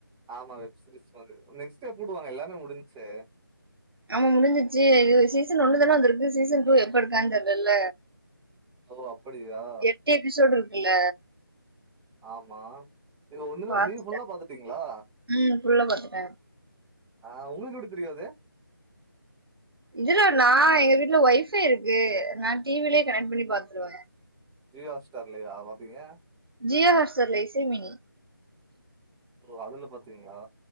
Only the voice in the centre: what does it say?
ஆமா வெப்சீரிஸ் மாரி நெக்ஸ்ட் டே புடுவாங்க எல்லாமே முடிஞ்சே
ஓ அப்படியா
ஆமா இது ஒன்னுத
நீங்க ஃபுல்லா பாத்துடீங்ளா
ஆ உங்ளுக்கு எப்டி தெரியு அது
ஜியோ ஹாட் ஸ்டார்லயா பாப்பீங்க
ஓ அதுல பாத்தீங்ளா